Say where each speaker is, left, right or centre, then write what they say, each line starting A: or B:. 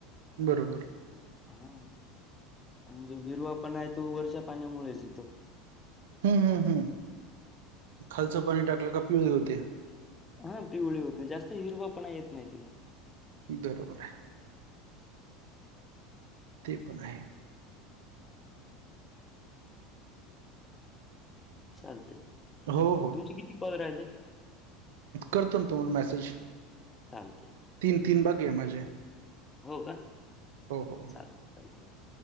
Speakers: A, on the right; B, on the left.
A: बरोबर.
B: हा आणि जो हिरवा पण आहे तो, वरच्या पाण्यामुळेच येतो.
A: हम्म, हम्म, हम्म खालचं पाणी टाकलं का पिवळे होते.
B: हा पिवळी होते, जास्त हिरवा पण येत नाही तिला.
A: बरोबर आहे. ते पण आहे.
B: हम्म. चालते
A: हो
B: तुमचे किती कॉल राहिलेत?
A: करतोना तुम्हाला मॅसेज.
B: चालतेय.
A: तीन-तीन बाकीये माझे.
B: हो का
A: हो हो हो
B: चालतय-चालतय.